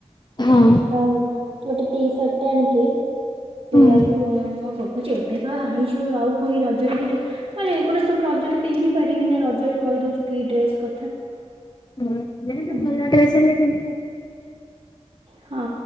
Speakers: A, on the left; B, on the right.
A: ହଁ।
B: ଆଉ ଗୋଟେ ଟି ସାର୍ଟ ଟେ ଆଣିଥିଲି ସେୟାକୁ
A: ହଁ।
B: ମୋ ବୋ ଉ କୋଉଚି ଏବେପା ଆଣିଚୁ ଆଉ ପୁଣି ରଜରେ କି ଡ୍ରେ ମାନେ ଏଗୁରା ସବୁ ରଜରେ ପିନ୍ଧି ପାରିବିନି ରଜରେ କହିଦଉଛୁ କି ଡ୍ରେସ କଥା।
A: ହୁଁ <unintelligible>
B: ଆଜ୍ଞା
A: ମଇଳା ଡ୍ରେସେ ହେଲେ ପିନ୍ଧିବ।
B: ହଁ।